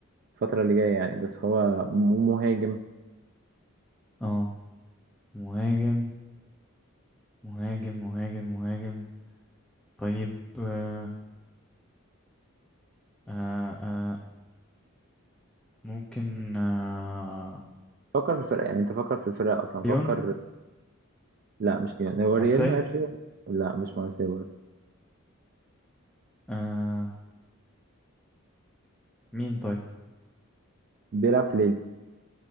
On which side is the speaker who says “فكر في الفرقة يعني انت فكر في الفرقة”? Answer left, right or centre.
Right